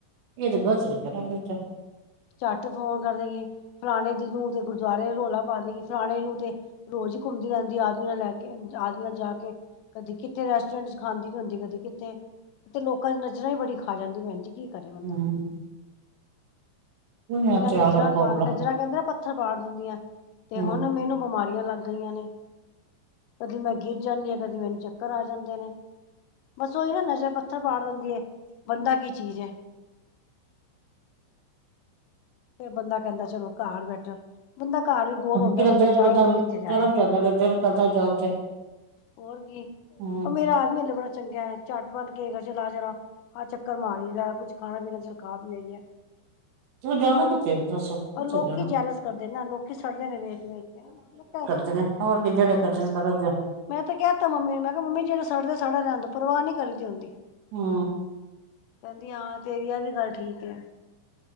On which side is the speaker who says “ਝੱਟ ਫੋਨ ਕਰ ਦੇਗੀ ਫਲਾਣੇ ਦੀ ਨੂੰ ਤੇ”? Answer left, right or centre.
Left